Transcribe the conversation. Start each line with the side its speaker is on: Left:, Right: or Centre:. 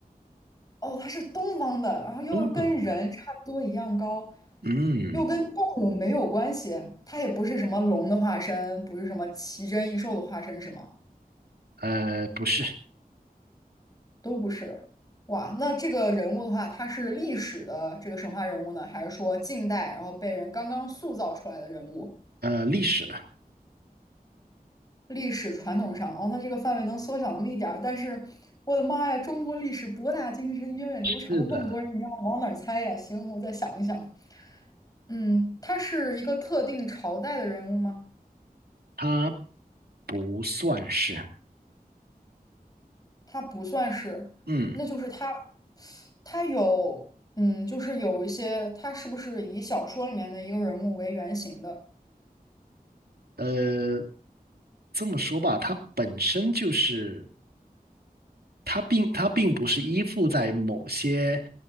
Left: 哦，他是东方的，然后又跟人差不多一样高，
Right: 东方，嗯，
Left: 又跟动物没有关系，他也不是什么龙的化身，不是什么奇珍异兽的化身，是吗？
Right: 呃，不是，
Left: 都不是。哇，那这个人物的话，他是历史的这个神话人物呢，还是说近代然后被人刚刚塑造出来的人物？
Right: 呃，历史的，
Left: 历史传统上，哦，那这个范围能缩小那么一点儿，但是我的妈呀，中国历史博大精深，源远流长，
Right: 是的，
Left: 那么多人，你让我往哪儿猜呀？行，我再想一想。嗯，他是一个特定朝代的人物吗？
Right: 它不算是，
Left: 他不算是，
Right: 嗯，
Left: 那就是他，他有，嗯，就是有一些，他是不是以小说里面的一个人物为原型的？
Right: 呃，这么说吧，它本身就是，它并它并不是依附在某些